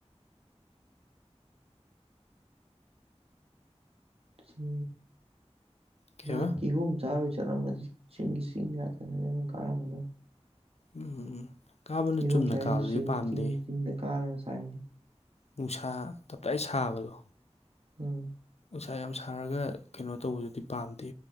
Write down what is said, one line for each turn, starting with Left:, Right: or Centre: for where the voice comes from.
Right: ꯁꯤ
Left: ꯀꯩꯕ
Right: ꯅꯥꯟ ꯀꯣ ꯆꯥꯔ ꯆꯠꯂꯝꯃꯗꯤ ꯆꯤꯡꯒꯤ ꯆꯤꯡ ꯉꯥꯛꯇꯅꯦ ꯑꯗꯨꯝ ꯀꯥꯔꯝꯕꯥꯗꯣ
Left: ꯎꯝ ꯀꯥꯕꯅ
Right: ꯀꯤꯍꯣꯝ
Left: ꯆꯨꯝꯅ
Right: ꯆꯥꯏꯗꯨ
Left: ꯀꯥꯕꯗꯤ
Right: ꯆꯤꯡ
Left: ꯄꯥꯝꯗꯦ
Right: ꯆꯤꯡ ꯆꯤꯡꯗ ꯀꯥꯔꯒ ꯁꯥꯏꯉ
Left: ꯅꯨꯡꯁꯥ ꯇꯞꯇꯥꯏ ꯁꯥꯕꯗꯣ
Right: ꯎꯝ
Left: ꯎꯁꯥ ꯌꯥꯝ ꯁꯥꯔꯒ ꯀꯩꯅꯣ ꯇꯧꯕꯗꯨꯗꯤ ꯄꯥꯝꯗꯦ